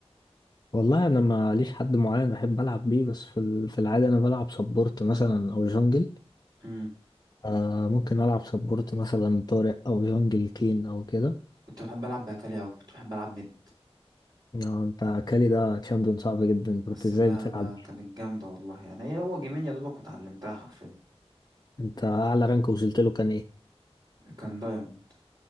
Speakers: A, on the left (about 35°); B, on the right (about 40°).
A: والله انا ما ليش حد معين بحب العب بيه بس في ال- في العادة انا بلعب سبورت مثلا او جونجل
B: امم
A: آه ممكن العب سبورت مثلا طارق او جونجل كين او كده
B: كنت بحب العب باكالي قوي كنت بحب العب ميد
A: آه انت كالي ده تشامبيون صعب جدا انت كنت
B: بس
A: ازاي
B: لا
A: بتلعب
B: لا كانت جامده والله يعني هي هو جيمين يا دوبك وتعلمتها حرفيا
A: انت اعلى رانك وصلت له كان ايه
B: كان دايموند